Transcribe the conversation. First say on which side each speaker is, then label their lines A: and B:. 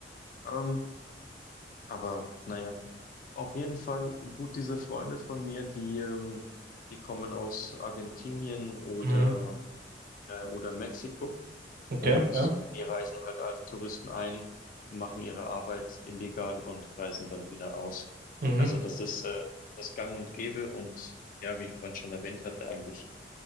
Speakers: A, on the left; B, on the right.
A: Ähm, aber naja, auf jeden Fall gut diese Freunde von mir, die, ähm, die kommen aus Argentinien oder
B: Mhm.
A: äh, oder Mexiko.
B: Okay,
A: Und
B: ja.
A: die reisen halt als Touristen ein, machen ihre Arbeit illegal und reisen dann wieder aus.
B: Mhm.
A: Also das ist, äh, das ist gang und gäbe und ja, wie ich vorhin schon erwähnt hatte, eigentlich